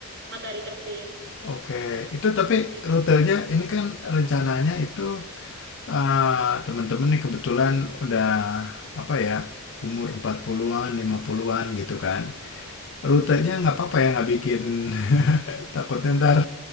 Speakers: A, on the right; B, on the left.
A: matahari terbit
B: oke. Itu tapi
A: di Kom-
B: rutenya ini kan rencananya itu ah, teman-teman nih kebetulan udah apa ya umur 40-an, 50-an gitu kan. Rutenya nggak apa-apa ya nggak bikin <laughs> takutnya ntar